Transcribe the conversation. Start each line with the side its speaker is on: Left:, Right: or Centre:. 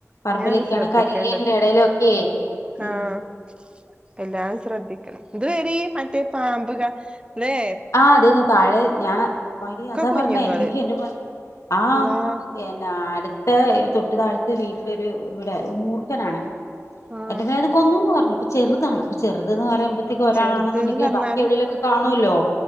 Left: പറമ്പിലൊക്കെയാണേ
Right: ഇനിയാണ് ശ്രദ്ധിക്കേണ്ടത്
Left: കരയിലേടെ ഇടയിലൊക്കെയെ ഉം
Right: ആഹ് എല്ലാം ശ്രദ്ധിക്കണം ഇതുവഴി മറ്റേ പാമ്പുക അല്ലെ
Left: ആഹ് അതേന്നാ താഴെ ഞാ പയ്യ അതാ
Right: കുഞ്ഞുങ്ങള്
Left: പറഞ്ഞേ ഈ എന്നന്റെ പറഞ്ഞ ആഹ്
Right: അള്ളാ
Left: എന്നാ അടുത്ത തൊട്ടു താഴ്ത്തെ വീട്ടിലൊരു ഇവിടെ മൂർഖനാണേ
Right: ആഹ്
Left: ഏട്ടനത് കൊന്നുന്ന് പറഞ്ഞു പ്പോ ചെറുതാണ് അപ്പ ചെറുത് എന്ന് പറയുമ്പോ തേക്ക് ഒരാളാണെന്നുണ്ടെങ്കിൽ
Right: ചെറുത്ന്ന് പറഞ്ഞാലും
Left: ബാക്കി എവിടെലൊക്കെ കാണുല്ലോ